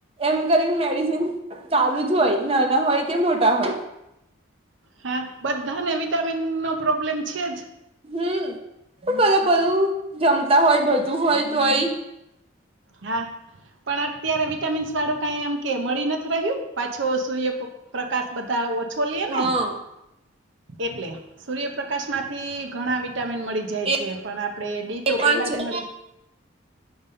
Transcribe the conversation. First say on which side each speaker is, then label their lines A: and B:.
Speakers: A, on the right; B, on the right.
A: એમ કરીને મેડિસિન ચાલુ જ હોય નાના હોય કે મોટા હોય
B: હા બધાને વિટામીન નો પ્રોબ્લેમ છે, જ
A: હમ પણ બધા બધું જમતા હોય બધું હોય તોય
B: હા પણ અત્યારે વિટામીન્સ વાળું કઈ એમ કે મળી નથી રહ્યું પાછો સૂર્યપકાશ બધા ઓછો લીએ ને
A: હા
B: એટલે સૂર્યપ્રકાશ માંથી ઘણા વિટામિન મળી જાય
A: એ
B: છે. પણ આપડે ડી તો
A: એ પણ
B: પેલા જ
A: છે
B: મળે